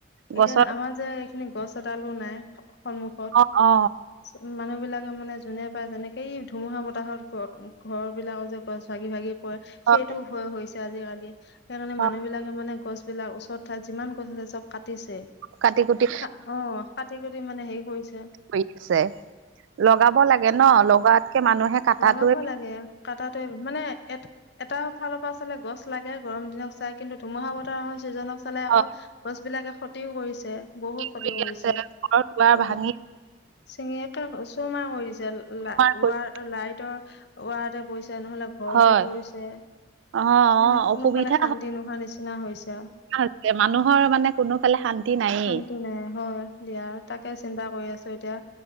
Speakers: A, on the right (about 85°); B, on the left (about 60°).
A: গছত
B: এতিয়া আমাৰ যে এইখিনি গছ এডালো নাই সন্মুখত
A: অ অ
B: মানুহ বিলাকে মানে যোনে পায় যেনেকেই ধুমুহা বতাহত ঘ ঘৰ বিলাকত যে গছ ভাগি ভাগি পৰে
A: অ
B: সেইটো ভয় হৈছে আজিকালি সেইকাৰণে
A: অ
B: মানুহ বিলাকে মানে গছ বিলাক ওচৰত ঠাইত যিমান গছ আছে চব কাটিছে
A: কাটি কুটি
B: কা অ কাটি কুটি মানে হেৰি কৰিছে
A: কই-ছে লগাব লাগে ন লগাতকে মানুহে কাটাটোৱে
B: লগাব লাগে কাটাতে মানে এট এটা ফালৰ পৰা চালে গছ লাগে গৰম দিনক চাই কিন্তু ধুমুহা বতাহৰ চিজনত চালে আকৌ
A: অ
B: গছ বিলাকে ক্ষতিও কৰিছে বহুত ক্ষতি
A: কৰি
B: কৰিছে
A: আছে ঘৰ দুৱাৰ
B: অ
A: ভাঙি
B: চিঙিয়ে ত ওচোমা কৰিছে
A: চুৰমাৰ
B: লা
A: কৰি
B: উৱাৰ লাইটৰ ৱাৰতে পৰিছে নহলে ঘৰতে
A: হয়
B: পৰিছে
A: অ অ
B: মানে
A: অসুবিধা
B: কোনোফালে শান্তি নোহোৱা নিচিনা হৈছে আও
A: হৈছে মানুহৰ মানে কোনোফালে শান্তি নায়েই।
B: শান্তি নাই হয় দিয়া তাকে চিন্তা কৰি আছ এতিয়া